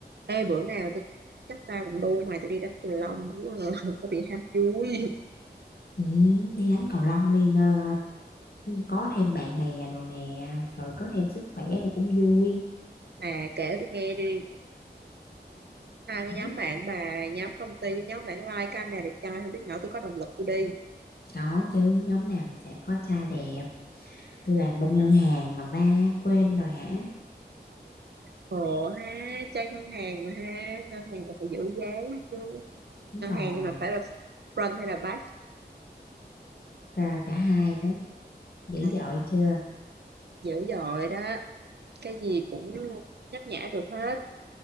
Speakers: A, on the right; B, on the left.
A: ê bữa nào tôi chắc tao cũng đu mày tôi đi đánh cầu lông cũng <laughs> có bị ham vui
B: ừ đi đánh cầu lông đi nơ có thêm bạn bè đồ nè rồi có thêm sức khỏe nó cũng vui
A: Mà kể tôi nghe đi, hai cái nhóm
B: Ừ,
A: bạn bà, nhóm công ty với nhóm bạn like cái anh này đẹp trai không biết nữa tôi có động lực tôi đi.
B: có chứ nhóm nào mà chả có trai đẹp tôi làm bên ngân hàng mà ba quên rồi hả
A: Ồ ha, chơi ngân hàng mà ha, ngân hàng là phải giữ giá chứ.
B: đúng
A: Ngân
B: rồi
A: hàng nhưng mà phải là front hay là back
B: à, cả hai đó dữ
A: à,
B: dội chưa
A: dữ dội đó, cái gì cũng nhắc nhã được hết.